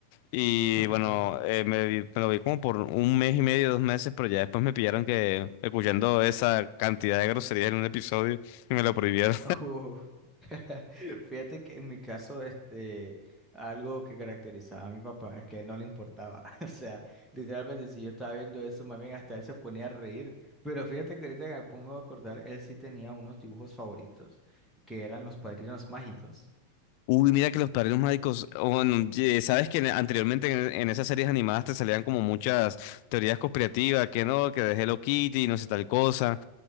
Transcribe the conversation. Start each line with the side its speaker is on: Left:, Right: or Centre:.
Left: Y
Centre: <laughs>
Left: bueno, eh, me, vi- me lo vi como por un mes y medio, dos meses, pero ya después me pillaron que escuchando esa cantidad de groserías en un episodio y me lo prohibieron.
Centre: Uh, <laughs> Fíjate que en mi caso, este, algo que caracterizaba a mi papá es que no le importaba. <laughs> O sea, literalmente si yo estaba viendo eso, más bien hasta él se ponía a reír. Pero fíjate que ahorita que me pongo a acordar, él sí tenía unos dibujos favoritos, que eran los padrinos mágicos.
Left: <laughs> Uy, mira que los padrinos mágicos, oh, bueno, ye- sabes que en- anteriormente en, en esas series animadas te salían como muchas teorías conspirativas, que no, que de Hello Kitty, no sé tal cosa.